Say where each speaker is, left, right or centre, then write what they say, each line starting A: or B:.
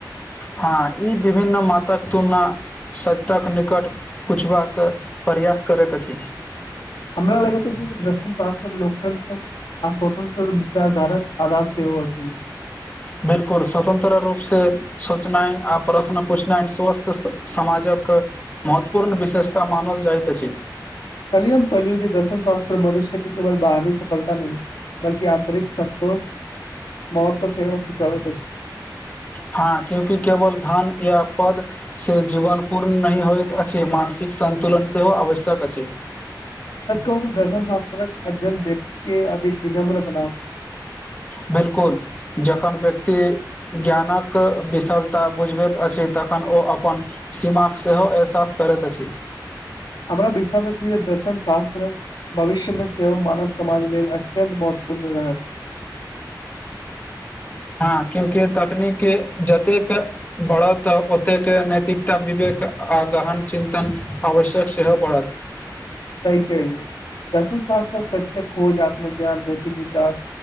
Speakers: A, on the left; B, on the left.
A: हँ ई विभन्न मातक तुलना। सटक निकट पुछबाक प्रयास करैत अछि।
B: हमरा लगैत अछि जे दर्शन शास्त्र लोकतन्त्र। आ स्वतंत्र विचारधारक आधार सेहो अछि।
A: बिल्कुल स्वतंत्र रूप से। सोचनाइ आ प्रश्न पूछनाई स्वस्थ समाजक। महत्वपूर्ण विशेषता मानल जाइत अछि।
B: कल्ही हम पढ़लु जे दर्शन शास्त्र मनुष्यके केवल बाहरी सफलता नहि। बल्कि आंतरिक संतोष महत्व सेहो सिखाबैत अछि।
A: हां क्यूंकि केवल धन या पद। से जीवन पूर्ण नहि होइत अछि मानसिक संन्तुलन सेहो आवश्यक अछि।
B: सच कहु त दर्शन शास्त्रक अध्ययन व्यक्ति के अधिक विनम्र बनावत छै।
A: बिलकुल जखन व्यक्ति। ज्ञानक विशलता बुझबैत अछि तखन ओ अपन। सीमाक सेहो एहसास करैत अछि।
B: हमरा विश्वास अछि जे दर्शन शास्त्र। भविष्य मे सेहो मानव समाज लेल अत्यन्त महत्वपूर्ण रहत्त
A: हँ क्यूकि तकनीक जतेक। बढ़त आ ओते के नैतिकता विवेक आ गहन चिन्तन आवश्यक सेहो बढ़त।
B: सही कहेलियै दर्शन शास्त्र सत्य खोज आत्म ज्ञान नैतिक विकास।